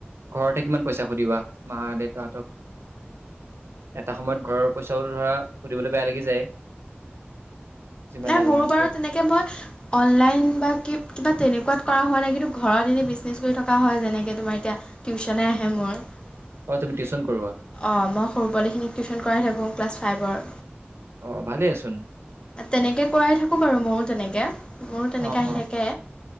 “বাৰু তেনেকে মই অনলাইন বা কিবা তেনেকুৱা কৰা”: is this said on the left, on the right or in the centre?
Left